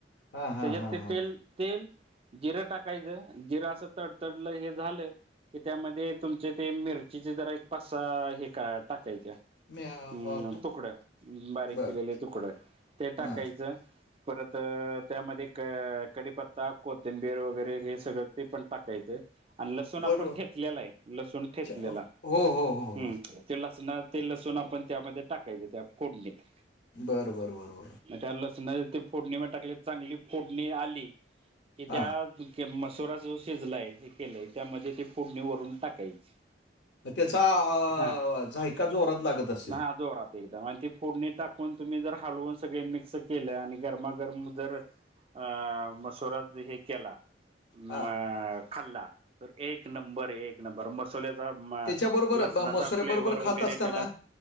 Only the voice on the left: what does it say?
हां, हां,
हां,
हां.
मी अ,
व
बरं.
हां.
बरोबर.
अच्छा. हो, हो, हो,
हो.
बर, बर, बर, बर.
हां.
म त्याचा आ
अ अ झायका, जोरात लागत असेल.
हां.
त्याच्याबरोबर
ब मसुऱ्याबरोबर
खात असताना